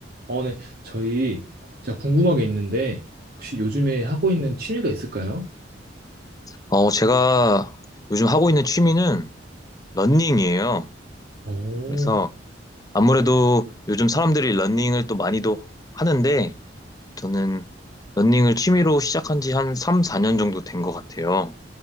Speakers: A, on the right; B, on the left.
A: 어, 네. 저희, 제가 궁금한 게 있는데, 혹시 요즘에 하고 있는 취미가 있을까요?
B: 어, 제가 요즘 하고 있는 취미는 러닝이에요.
A: 오,
B: 그래서 아무래도 요즘 사람들이 러닝을 또 많이도 하는데 저는 러닝을 취미로 시작한 지 한 3, 4년 정도 된 것 같아요.